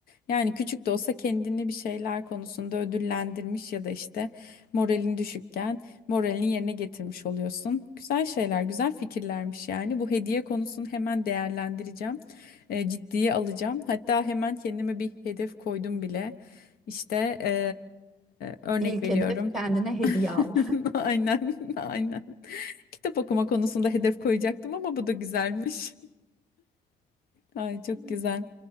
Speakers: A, on the left; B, in the centre.
A: Yani küçük de olsa kendini bir şeyler konusunda ödüllendirmiş ya da işte moralin düşükken moralini yerine getirmiş oluyorsun. Güzel şeyler, güzel fikirlermiş yani. Bu hediye konusunu hemen değerlendireceğim. E, ciddiye alacağım. Hatta hemen kendime bir hedef koydum bile. İşte e, örnek
B: İlk
A: veriyorum.
B: hedef kendine hediye al.
A: <laughs> Aynen, aynen. Kitap okuma konusunda hedef koyacaktım ama bu da güzelmiş. Ay çok
B: <laughs>
A: güzel.